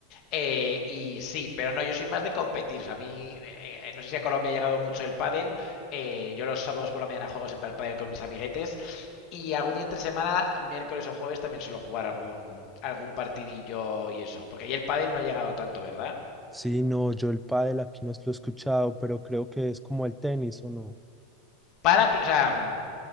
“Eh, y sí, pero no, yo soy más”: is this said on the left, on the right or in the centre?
Left